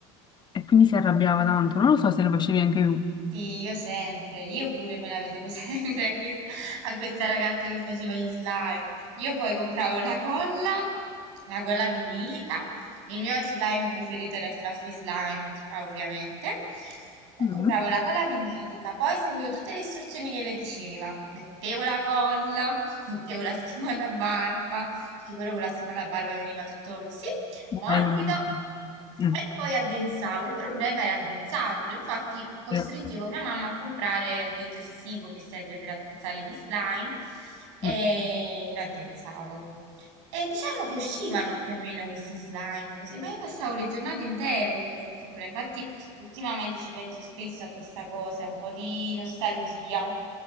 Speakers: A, on the left; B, on the right.
A: e quindi si arrabbiava tanto. Non lo so se lo facevi anche tu.
B: Sì, io sempre, io pure me la vedevo <laughs> sempre a, quest- a questa ragazza che faceva gli slime. Io poi compravo la colla, la colla vinilica. Il mio slime preferito era il Fluffy Slime, ah, ovviamente. E
A: Mm.
B: compravo la colla vinilica, poi seguivo tutte le istruzioni che lei diceva. Mettevo la colla, mettevo la schiuma da barba, perché quello con la schiuma da barba veniva tutto così.
A: Bello,
B: morbido
A: bellissimo. Mm,
B: e poi addensavo. Il problema era addensarlo, infatti costringevo
A: vero.
B: mia mamma a comprare un detersivo che serve per addensare gli slime e
A: Mm.
B: lo addensavo. E diciamo che uscivano più o meno questi slime, così, ma io passavo le giornate intere quando ero piccola, infatti ultimamente ci penso spesso a questa cosa, un po' di nostalgia.